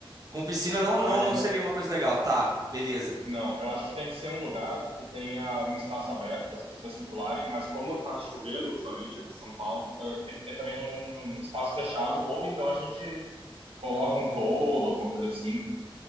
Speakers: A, on the right; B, on the right.
A: Com piscina não,
B: Mas
A: não, não seria
B: ah,
A: uma coisa legal. Tá, beleza.
B: não, eu acho que tem que ser um lugar que tenha um espaço aberto para as pessoas circularem, mas como está chovendo ultimamente aqui em São Paulo, eh, tem que ter também um, um espaço fechado, ou então a gente coloca um toldo, alguma coisa assim,